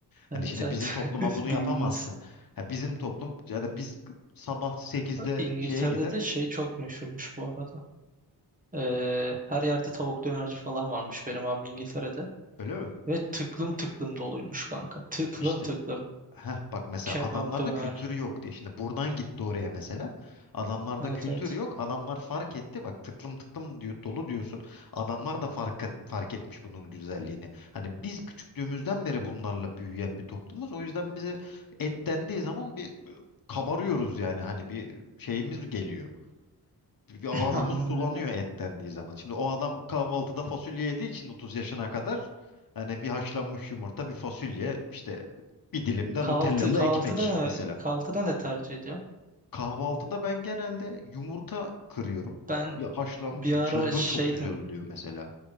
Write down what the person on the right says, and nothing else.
Evet
evet.
<laughs>
Bildiğiniz.
İngiltere'de
de şey çok meşhurmuş bu arada. Ee, her yerde tavuk dönerci falan varmış benim abim İngiltere'de.
Ve tıklım tıklım doluymuş kanka. Tıklım
tıklım.
Kebap
döner.
Evet
evet.
Aynen
öyle.
Kahvaltı,
kahvaltıda
ne, kahvaltıda ne tercih ediyorum?
Ben
bir ara
şeydim,